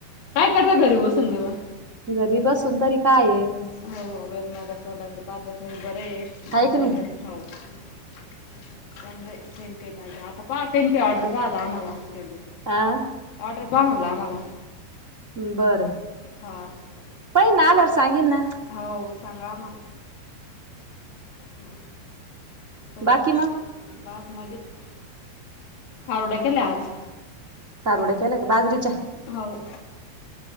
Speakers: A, on the left; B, on the right.
A: कायं करतां घरी बसूंन बी मगं.
B: घरी बसूंन तरी कायं आहे.
A: हो हो एक एकमेकांच्या तोंडाकडे पहांत बसलेला ते बरं आहे
B: हाय
A: माणसांकडे
B: की नाही?
A: हो. प पनं कांहीं पाहिजे आंता पाहां पनं कांहीं ऑर्डर पाहतां आम्हांला आंज केलं.
B: आं.
A: ऑर्डर पाहां म्हटलं आम्हांला.
B: बरं
A: हा
B: पाहिलं नां आल्यांवरं सांगितलं नां.
A: हो सांगा आम्हांला. हां करूं
B: बाकी
A: कांहीं
B: मग?
A: तरी बांस मजेतं. खारोड्यां केल्यां आंज.
B: खारोड्यां केल्यां कां बाजरीच्यां?
A: होऊं.